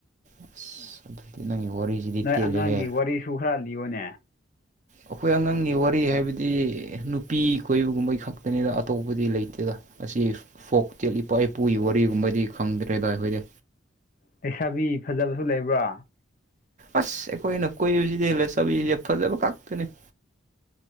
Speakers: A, on the right; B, on the left.
A: ꯑꯁ ꯑꯗꯨꯗꯤ ꯅꯪꯒꯤ ꯋꯥꯔꯤꯁꯤꯗꯤ
B: ꯅꯣꯏ
A: ꯇꯦꯜꯂꯦꯍꯦ
B: ꯑꯉꯥꯡꯒꯤ ꯋꯥꯔꯤꯁꯨ ꯈꯔ ꯂꯤꯌꯣꯅꯦ
A: ꯑꯩꯈꯣꯏ ꯑꯉꯥꯡꯒꯤ ꯋꯥꯔꯤ ꯍꯥꯏꯕꯗꯤ ꯅꯨꯄꯤ ꯀꯣꯏꯕꯒꯨꯝꯕꯩ ꯈꯛꯇꯅꯤꯗ ꯑꯇꯣꯞꯄꯗꯤ ꯂꯩꯇꯦꯗ ꯑꯁꯤ ꯐꯣꯛ ꯇ ꯏꯄꯥ ꯏꯄꯨꯒꯤ ꯋꯥꯔꯤꯒꯨꯝꯕꯗꯤ ꯈꯪꯗ꯭ꯔꯦꯗꯏ ꯑꯩꯈꯣꯏꯗꯤ
B: ꯂꯩꯁꯥꯕꯤ ꯐꯖꯕꯁꯨ ꯂꯩꯕ꯭ꯔꯥ
A: ꯑꯁ ꯑꯩꯈꯣꯏꯅ ꯀꯣꯏꯏꯕꯁꯤꯗ ꯍꯦꯜꯂ ꯆꯕꯤꯁꯦ ꯐꯖꯕ ꯈꯛꯇꯅꯦ